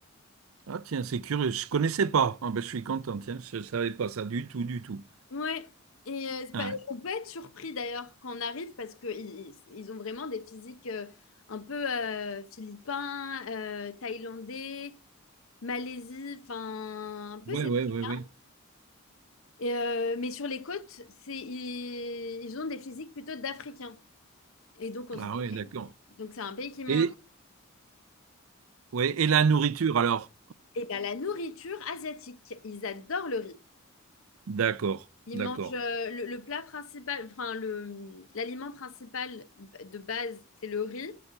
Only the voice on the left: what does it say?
Ouais. Et euh, c'est
pas- on peut être surpris d'ailleurs quand on arrive parce que ils, ils- ils ont vraiment des physiques euh, un peu euh, philippins, euh, thaïlandais, Malaisie, enfin un peu
ces
trucs
Et, euh, mais sur les côtes, c'est, ils, ils ont des physiques plutôt d'Africains. Et donc, on
se
dit-
donc c'est un pays qui mange.
Et bien, la nourriture asiatique, ils adorent le riz.
Ils
mangent euh, le, le plat principal, enfin, le, l'aliment principal de base, c'est le riz.